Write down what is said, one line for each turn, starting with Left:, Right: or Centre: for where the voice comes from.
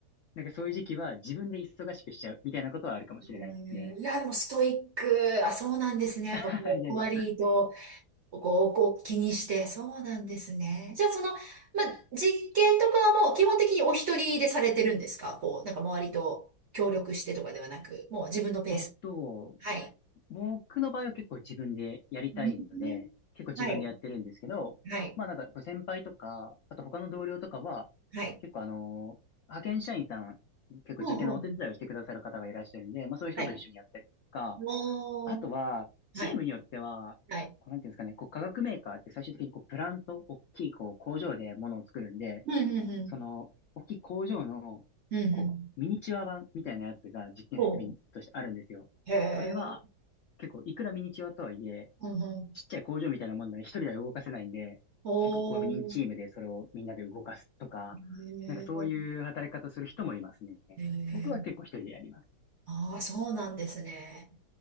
Left: なんかそういう時期は自分で忙しくしちゃうみたいなことはあるかもしれないですね。
Right: うんいや、でもストイック。あ、そうなんですね。やっぱこう、
Left: <laughs> いやいや。
Right: 割と、こう、こう気にして。そうなんですね。じゃあ、その、まあ、実験とかはもう基本的にお一人でされてるんですかこう、なんか周りと協力してとかではなく、もう自分のペース。
Left: えっと、
Right: はい。
Left: 僕の場合は結構自分でやりたいので、
Right: うん
Left: 結構自分でやってるんですけど、
Right: はい。はい。
Left: まあなんかこう先輩とか、あと他の同僚とかは、
Right: はい。
Left: 結構あの派遣社員さん、結構実験のお手伝いをしてくださる方がいらっしゃるんで、
Right: うん、うん。
Left: まあそういう人と一緒にやったりとか、
Right: はい。おー。
Left: あとは、チームによっては、
Right: はい。はい。
Left: こうなんていうんですかね、こう化学メーカーって最終的にこうプラント、大きいこう工場で物を作るんで、
Right: うん、うん、うん。
Left: その、大きい工場の、
Right: うん、うん。
Left: こう、ミニチュア版みたいなやつが実験設備としてあるんですよ。
Right: おー。へえ。
Left: それは、結構、いくらミニチュアとはいえ、
Right: うん、うん。
Left: ちっちゃい工場みたいなもんなので、一人では動かせないんで、
Right: おー。
Left: 結構5人チームでそれをみんなで動かすとか、
Right: へえ。
Left: なんかそういう働き方する人もいますね。
Right: へえ
Left: 僕は結構一人でやります。
Right: ああ、そうなんですね。